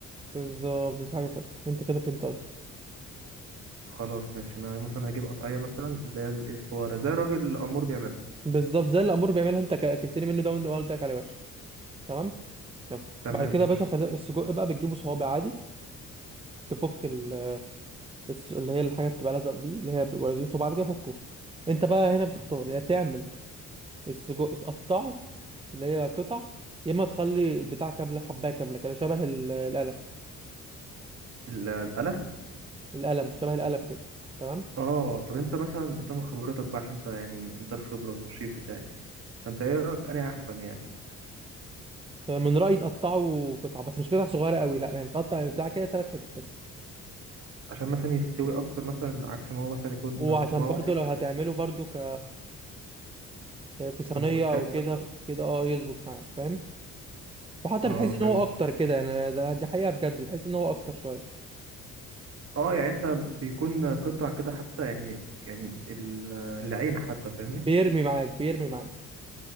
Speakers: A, on the right; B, on the right.
A: بالظبط مش حاجه ثابته انت كده فهمت قصدي
B: خلاص ماشي انا مثلا هجيب قطعيه مثلا اللي هي الايه الصغيره زي الراجل الامور بيعملها
A: بالظبط زي الامور بيعملها انت ك- اكلتني منه ده وانت- وانا قلت لك عليه وحش تمام تمام
B: تمام
A: بعد كده
B: ماشي
A: يا باشا خلي السجق بقى بتجيبه صوابع عادي تفك ال... الس- اللي هي الحاجه اللي بتبقى لازقه فيه اللي هي بيبقوا لازقين في بعض كده فكهم انت بقى هنا بتختار يا تعمل السجق تقطعه اللي هي قطع يا اما تخلي البتاع كامله حبايه كامله كده شبه ال- القلم
B: ال- القلم
A: القلم شبه القلم كده تمام
B: اه طب انت مثلا انت من خبرتك بقى عشان انت يعني انت الخبره والشيف بتاعي فانت ايه رايك انهي احسن يعني
A: من رأيي تقطعه قطع بس مش قطع صغيرة قوي لا يعني تقطع بتاع كده تلات حتت بس
B: عشان مثلا يستوي اكتر مثلا عكس ما هو مثلا يكون
A: وعشان
B: صباع
A: برضو
B: واحد
A: لو
B: كده
A: هتعمله برضو ك في صينية
B: سندوتشات
A: او كده
B: مثلا
A: في كده اه يظبط معاك فاهم وحتى
B: اه
A: بتحس ان
B: فهمتك
A: هو اكتر كده يعني ده دي حقيقة بجد بتحس ان هو اكتر شوية
B: اه يعني انت بيكون قطع كده حتى يعني يعني ال- للعين حتى فاهمني
A: بيرمي معاك بيرمي معاك